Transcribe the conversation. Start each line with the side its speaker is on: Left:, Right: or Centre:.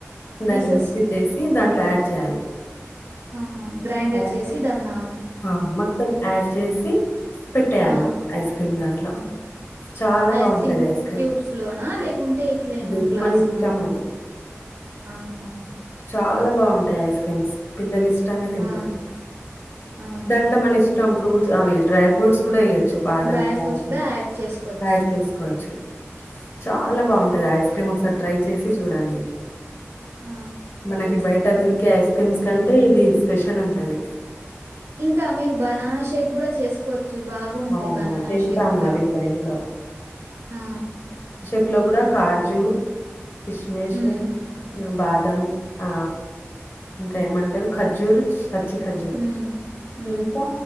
Right: పీసెస్
Left: దాన్ని మిక్సీ చేసి దాంట్లో యాడ్ చేయాలి
Right: ఆహా గ్రైండర్
Left: ఆ!
Right: చేసి దన్నా
Left: ఆ మొత్తం యాడ్ చేసి పెట్టేయాలి
Right: ఆ
Left: ఐస్ క్రీమ్ దాంట్లో
Right: హ్మ్
Left: చాలా
Right: ఐస్
Left: బావుంటది
Right: క్రీమ్
Left: ఐస్ క్రీమ్.
Right: క్యూబ్స్ లోనా లేకుంటే ఇట్లేనా
Left: ఇది
Right: గ్లాస్
Left: మన ఇష్టం
Right: లోనా
Left: అది.
Right: ఆహా
Left: చాలా బాగుంటాయి ఐస్ క్రీమ్స్ పిల్లలు ఇష్టంగా తింటారు
Right: ఆ ఆ
Left: దాంట్లో మనిష ఇష్టం ఫ్రూట్స్ అవి డ్రై ఫ్రూట్స్ కూడా వేయ్యొచ్చు బాదం
Right: డ్రై
Left: కాజు
Right: ఫ్రూట్స్ కూడా యాడ్ చేసుకోవచ్చు
Left: యాడ్ చేసుకోవచ్చు చాలా బాగుంటది ఐస్ క్రీమ్ ఒకసారి ట్రై చేసి చూడండి
Right: ఆ
Left: మనకి
Right: చేస్తాం
Left: బయట దొరికే ఐస్ క్రీమ్స్ కంటే ఇది స్పెషల్ ఉంటది
Right: ఇంకా మీరు బనానా షేక్ కూడా చేసుకోవ చ్చు బాగుంటాయి
Left: అవును
Right: బనానా
Left: చేస్తాను
Right: షేక్ కూడా
Left: అది ఇంట్లో
Right: ఆ
Left: ఇట్లో కూడా కాజు కిస్మిస్
Right: హ్మ్.
Left: బాదం ఆ ఇంకా ఏమంటారు ఖర్జూర్ చ్చి ఖర్జూర్
Right: హ్మ్. హ్మ్.
Left: ఇంకా